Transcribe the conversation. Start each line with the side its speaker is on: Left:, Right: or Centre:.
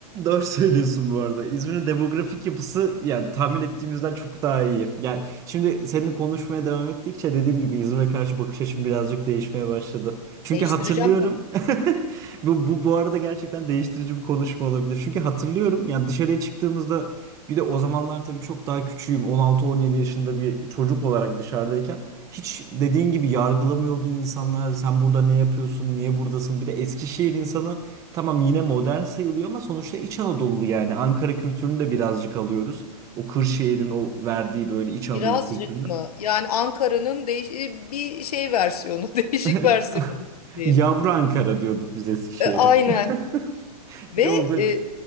Right: Doğru söylüyorsun bu arada. İzmir'in demografik yapısı yani tahmin ettiğimizden çok daha iyi. Yani şimdi seninle konuşmaya devam ettikçe dediğim gibi İzmir'e karşı bakış açım birazcık değişmeye başladı. Çünkü
Left: Değiştireceğim
Right: hatırlıyorum.
Left: ben.
Right: <laughs> Bu, bu, bu arada gerçekten değiştirici bir konuşma olabilir. Çünkü hatırlıyorum yani dışarıya çıktığımızda bir de o zamanlar tabii çok daha küçüğüm. 16-17 yaşında bir çocuk olarak dışarıdayken hiç dediğin gibi yargılamıyordu insanlar. Sen burada ne yapıyorsun? Niye buradasın? Bir de Eskişehir insanı Tamam yine modern sayılıyor ama sonuçta İç Anadolu yani Ankara kültürünü de birazcık alıyoruz. O Kırşehir'in o verdiği böyle İç Anadolu
Left: Birazcık
Right: kültürünü.
Left: mı? Yani Ankara'nın değiş e, bir şey versiyonu, <laughs> değişik
Right: <laughs>
Left: versiyonu. bir şehir.
Right: Yavru Ankara diyorduk biz Eskişehir'e.
Left: E, aynen.
Right: <laughs>
Left: Ve
Right: Bir De o böyle.
Left: e,